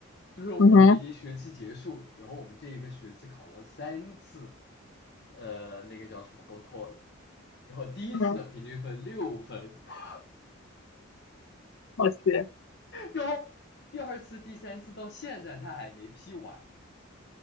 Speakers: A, on the left (about 50°); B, on the left (about 70°).
A: 就是我们已经学期结束，
B: 嗯哼，
A: 然后我们这一个学期考了三次，呃，那个叫什么 g o t o l 然后第一次的平均分六分，
B: 嗯哼，
A: <laughs>
B: 我去，
A: 然后第二次、第三次到现在他还没批完，